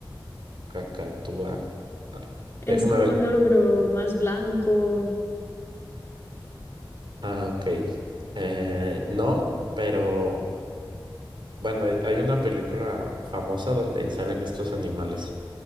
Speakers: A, on the right; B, on the left.
A: Cacatúa. Ah,
B: Es
A: déjame
B: como
A: ver.
B: un loro, pero más blanco.
A: Ah, ok. Eh, no, pero bueno, hay hay una película famosa donde salen estos animales.